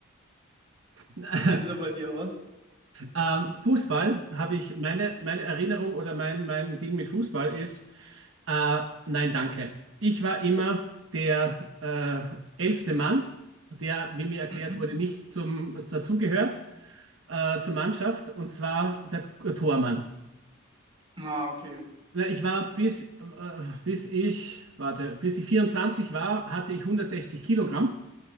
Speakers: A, on the right; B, on the right.
A: <laughs>
B: sieht es so bei dir aus?
A: Ähm, Fußball habe ich meine, meine Erinnerung oder mein, mein Ding mit Fußball ist, äh, nein, danke. Ich war immer der äh, elfte Mann, der, wie mir erklärt
B: Mhm.
A: wurde, nicht zum, dazugehört äh, zur Mannschaft und zwar der Tormann.
B: Ah, okay.
A: Na, Ich war bis, äh, bis ich, warte, bis ich 24 war, hatte ich 160 Kilogramm